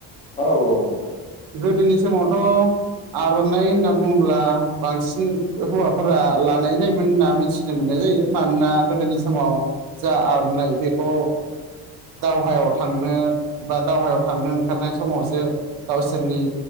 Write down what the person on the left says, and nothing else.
औ औ औ